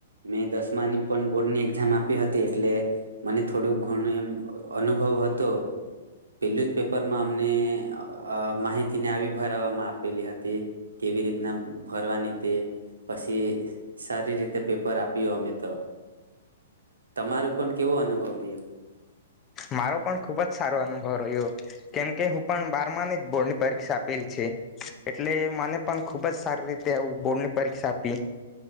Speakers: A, on the right (about 75°); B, on the left (about 25°).
A: મેં દસમાની પણ બોર્ડની એક્ઝામ આપી હતી એટલે મને થોડું ઘણું એમ અનુભવ હતો. પેલું જ પેપરમાં અમને અ માહિતીને આવી ભરાવામાં આપેલી હતી કેવી રીતે ના ભરવાની તે પશી સારી રીતે પેપર આપ્યો અમે તો. તમારું પણ કેવો અનુભવ રહ્યો?
B: મારો પણ ખુબ જ સારો અનુભવ રહ્યો. કેમકે હું પણ બારમાની જ બોર્ડ ની પરીક્ષા આપેલી છે. એટલે મને પણ ખુબ જ સારી રીતે આવું બોર્ડની પરીક્ષા આપી.